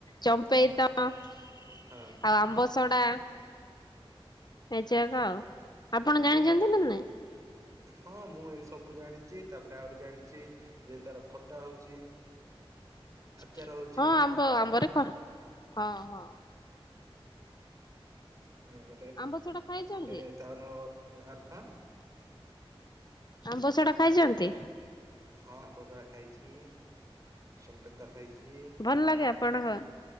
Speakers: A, on the left; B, on the right.
A: ଚମ୍ପେଇ ତ ଅ ଆଉ
B: ହଁ।
A: ଆମ୍ବଶଡା ଏ ଯାକ ଆଉ ଆପଣ ଜାଣିଛନ୍ତି ନା ନାଇଁ
B: ହଁ ମୁଁ ଏଇ ସବୁ ଜାଣିଛି ତାପରେ ଆହୁରି ଜାଣିଛି ଯେ ତାର ଖଟା ହଉଛି
A: ହ <inaudible>
B: ଆଚାର ହଉଛି
A: ହ ଆମ୍ବରେ ଖ ହଁ ହଁ
B: ଆମ୍ବରେ
A: ଆମ୍ବ ସଡା ଖାଇଛନ୍ତି?
B: ଏ ତାର ଆତା
A: ଆମ୍ବ ଶଡା ଖାଇଚନ୍ତି
B: ହଁ ଆମ୍ବସରା ଖାଇଛି ଚମ୍ପେତା ଖାଇଛି
A: ଭଲ ଲାଗେ ଆପଣଙ୍କ